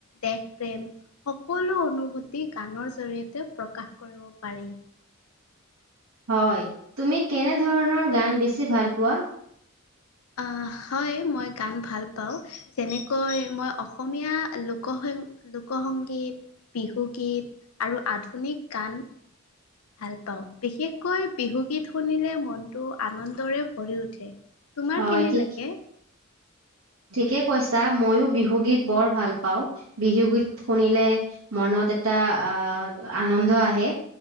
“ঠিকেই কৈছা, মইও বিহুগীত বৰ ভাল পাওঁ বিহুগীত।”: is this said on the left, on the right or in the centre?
Right